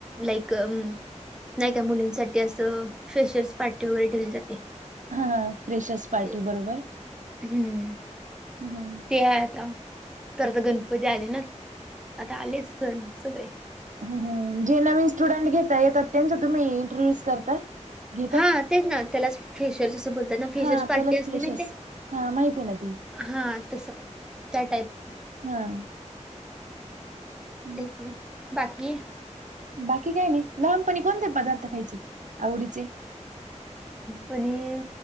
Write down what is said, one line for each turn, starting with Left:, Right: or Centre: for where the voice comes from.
Centre: लाईक नाही का मुलींसाठी असं फेशर्स पार्टी वगैरे ठेवली जाते.
Right: हा हा फ्रेशर्स पार्टी
Centre: ते
Right: बरोबर.
Centre: हम्म
Right: हम्म
Centre: ते आहे आता तर आता गणपती आले ना आता आलेच सण सगळे
Right: हां हां जे नवीन स्टुडंट घेता येतात त्यांच तुम्ही इंट्रोड्युस करता घेतात
Centre: हां तेच ना त्यालाच फ्रेशर्स असं बोलतात ना फ्रेशर्स
Right: हा त्यालाच
Centre: पार्टी असते
Right: फ्रेशर्स
Centre: माहितेय
Right: हा माहिती आहे ना ती
Centre: हां तसं त्या टाईप
Right: हां <inaudible>
Centre: तेच ना बाकी
Right: बाकी काय नाही लहानपणी कोणते पदार्थ खायचे आवडीचे.
Centre: पनीर